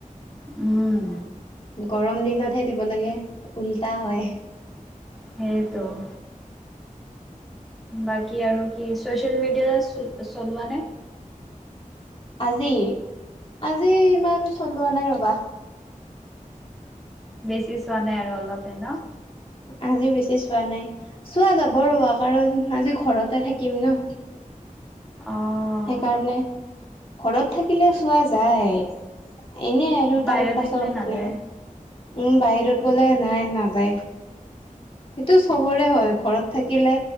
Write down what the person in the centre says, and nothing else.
উম।
সেইটো <inaudible> বাকী আৰু কি, চচিয়েল মিডিয়া চলোৱা নে?
বেছি চোৱা নাই আৰু অলপে ন?
অ'।
বাহিৰত
থাকিলে
নাযায়,